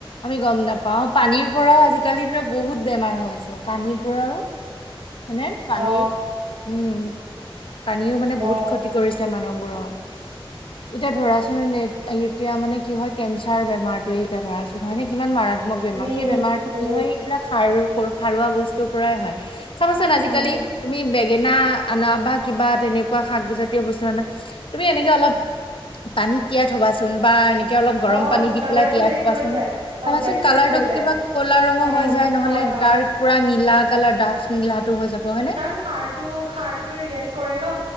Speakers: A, on the left (about 65°); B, on the right (about 80°).
A: আমি গম নাপাও পানীৰ পৰাও আজিকালি দিনত বহুত বেমাৰ হয়। পানীৰ পৰাও মানে পানীৰ
B: অ
A: উম পানীও মানে বহুত
B: অ
A: ক্ষতি কৰিছে মানুহবোৰক। এতিয়া ধৰাচোন এতিয়া মানে- কি হয় কেঞ্চাৰ বেমাৰটো এতিয়া ধৰা চোন হয় নে কিমান মাৰাত- মক বেমাৰ,
B: উম
A: সেই বেমাৰটো
B: বহুত
A: কি হয় সেইবিলাক সাৰ সাৰুৱা বস্তুৰ পৰাই হয়। চাবা চোন আজিকালি
B: উম
A: তুমি বে- ঙেনা আনা বা কিবা তেনেকুৱা শাকজাতীয় বস্তু আনা তুমি এনেকে অলপ পানীত তিয়াই থবাচোন বা এনে- কে অলপ গৰম
B: অ
A: পানী দি
B: কালাৰটো
A: পেলাই তিয়াই
B: হেৰি
A: থবাচোন
B: হৈ যায় অলপ
A: চাবাচোন
B: ব্লেক
A: কালাৰটো
B: টাইপ হৈ যায়
A: কিবা ক'লা ৰঙৰ
B: উম
A: হৈ যায় নহ'লে
B: হয় হয়
A: তাৰ পুৰা নীলা কালাৰ ডাঠ নীলাটো হৈ যাব হয়নে?
B: কাৰণ সাৰটো সাৰটোৱে ৰিয়েক্ট কৰে ন